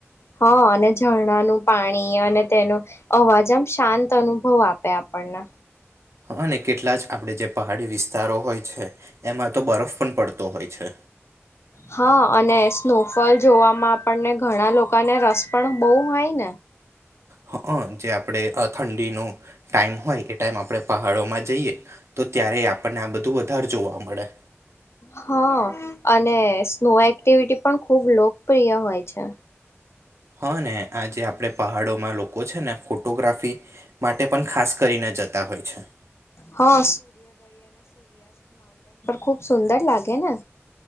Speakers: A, on the left; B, on the right.
A: હા અને ઝરણાનું પાણી અને તેનો અવાજ આમ શાંત અનુભવ આપે આપણને
B: અને કેટલા જ આપણે જે પહાડી વિસ્તારો હોય છે એમાં તો બરફ પણ પડતો હોય છે.
A: હા, અને સ્નોફોલ જોવામાં આપણને ઘણા લોકોને રસ પણ બહુ હોય ને.
B: હ, જે આપણે ઠંડીનું ટાઈમ હોય એ, ટાઈમ આપણે પહાડોમાં જઈએ. તો ત્યારે આપણને આ બધું વધારે જોવા મળે.
A: હા, અને સ્નો એક્ટિવિટી પણ ખુબ લોકપ્રિય હોય છે.
B: અને આજે આપણે પહાડોમાં લોકો છેને, ફોટોગ્રાફી માટે પણ ખાસ કરીને જતા હોય છે.
A: હા ખૂબ સુંદર લાગે ને.